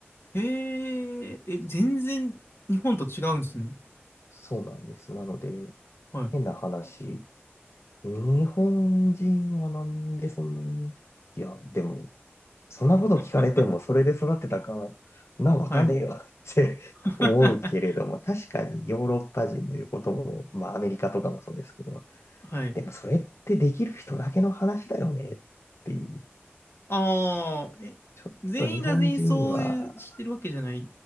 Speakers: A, on the left (about 65°); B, on the left (about 85°).
A: へえ、え、全然日本と違うんですね。
B: そうなんです。なので、
A: はい。
B: 変な話。日本人はなんでそんなに、いや、でも、そんなこと聞かれても、
A: <laughs>
B: それで育ってたか、なんわかんねえよって
A: はい。
B: <laughs>
A: <laughs>
B: 思うけれども、確かにヨーロッパ人の言うことも、まあアメリカとかもそうですけど、
A: はい。
B: でもそれってできる人だけの話だよねっていう。
A: ああ、え、
B: ちょっと日本人は、
A: 全員が全員そういうしてるわけじゃないっ